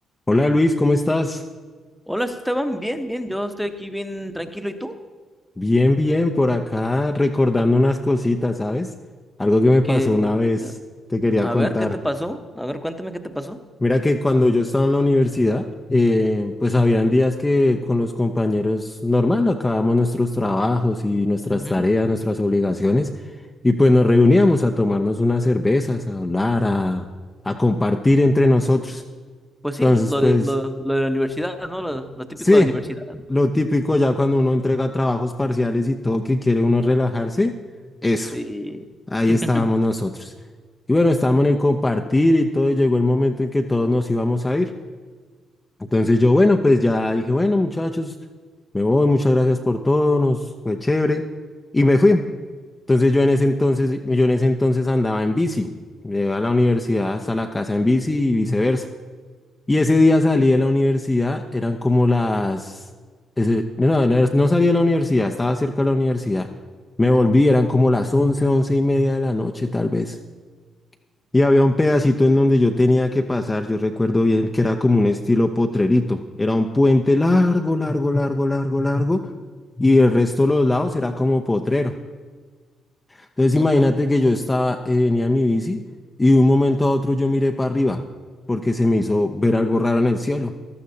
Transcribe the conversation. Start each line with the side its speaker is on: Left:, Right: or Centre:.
Left: Hola Luis, ¿cómo estás?
Centre: Hola Esteban, bien, bien, yo estoy aquí bien tranquilo. ¿Y tú?
Left: Bien, bien, por acá recordando unas cositas, ¿sabes? Algo que
Centre: ¿Y
Left: me pasó
Centre: que
Left: una vez,
Centre: eh,
Left: te quería
Centre: A
Left: contar.
Centre: ver, ¿qué te pasó? A ver, cuéntame qué te pasó.
Left: Mira que cuando yo estaba en la universidad, eh, pues habían días que con los compañeros normal acabamos nuestros trabajos y nuestras
Centre: Ujú.
Left: tareas, nuestras obligaciones, y pues nos reuníamos a tomarnos unas cervezas, a hablar, a, a compartir entre nosotros.
Centre: Pues sí,
Left: Entonces,
Centre: lo
Left: pues...
Centre: de, lo, lo de la universidad, ¿no? Lo, lo típico
Left: Sí,
Centre: de la universidad.
Left: lo típico ya cuando uno entrega trabajos parciales y todo que quiere uno relajarse, eso,
Centre: Sí.
Left: ahí
Centre: <laughs>
Left: estábamos nosotros. Y bueno, estábamos en el compartir y todo, y llegó el momento en que todos nos íbamos a ir. Entonces yo, bueno, pues ya dije, bueno, muchachos, me voy, muchas gracias por todo, nos fue chévere, y me fui. Entonces yo en ese entonces, yo en ese entonces andaba en bici, llegué a la universidad hasta la casa en bici y viceversa. Y ese día salí de la universidad, eran como las... ese- No, no, no no salí de la universidad, estaba cerca de la universidad. Me volví, eran como las once once y media de la noche tal vez. Y había un pedacito en donde yo tenía que pasar, yo recuerdo bien que era como un estilo potrerito. Era un puente largo, largo, largo, largo, largo. Y el resto de los lados era como potrero. Entonces
Centre: Ujú.
Left: imagínate que yo estaba, eh, venía en mi bici y de un momento a otro yo miré para arriba porque se me hizo ver algo raro en el cielo